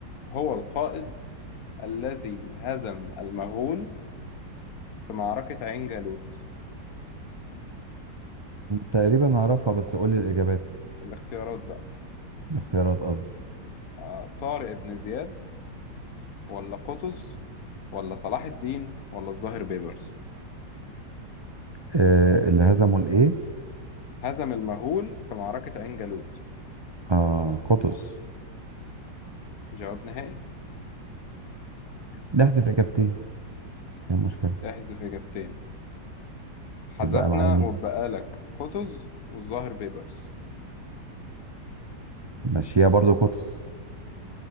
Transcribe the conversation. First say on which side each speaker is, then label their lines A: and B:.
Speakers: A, on the left; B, on the right.
A: هو القائد الذي هزم المغول في معركة عين جالوت
B: تقريبا أعرفها بس قول لي الإجابات
A: الاختيارات بقى
B: الاختيارات قصدي
A: آه، طارق بن زياد ولا قطز ولا صلاح الدين ولا الظاهر بيبرس
B: آه، اللي هزموا الإيه؟
A: هزم المغول في معركة عين جالوت
B: آه قطز
A: جواب نهائي
B: نحذف إجابتين ايه المشكلة؟
A: احذف إجابتين حذفنا
B: يبقى معايا مين؟
A: وبقى لك قطز والظاهر بيبرس
B: ماشية برضو قطز